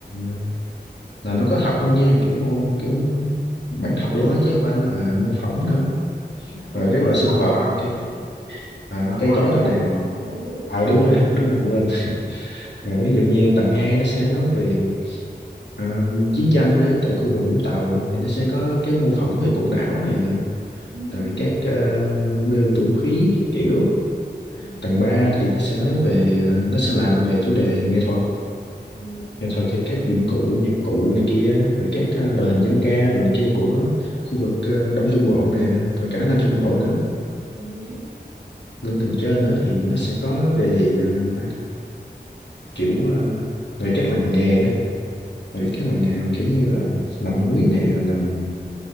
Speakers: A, on the left; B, on the right.
A: ờ, là nó có thật luôn nha kiểu mô kiểu bản thật
B: thì đúng
A: luôn á chứ không phải là mô phỏng nữa
B: thì đúng rồi
A: rồi các loại sinh
B: bảo
A: vật
B: tàng
A: cây
B: mà
A: à,
B: bảo
A: cây
B: tàng
A: cối rồi
B: thì làm
A: này
B: sao mà không ý được
A: ờ
B: ừ.
A: đúng rồi đúng rồi quên <laughs> rồi, ví dụ như tầng 2 nó sẽ nói về à, chiến tranh ở tại khu vực Vũng Tàu thì nó sẽ có cái mô phỏng về cụm đảo nè
B: Ừ.
A: rồi các uh, bê vũ khí các kiểu
B: Ừ.
A: tầng ba thì nó sẽ nói về à, nó sẽ làm về chủ đề nghệ thuật
B: Ừ.
A: nghệ thuật thì các dụng cụ nhạc cụ này kia rồi các ờ, loại hình dân ca đồ này kia của khu vực ờ, Đông Trung Bộ này rồi cả Nam
B: Ừ.
A: Trung Bộ nữa
B: Ừ. hứ.
A: lên tầng trên nữa thì nó sẽ có về ờ, gì ta kiểu ờ, về các làng nghề á Bà biết các làng nghề không? kiểu như là làm muối nè làm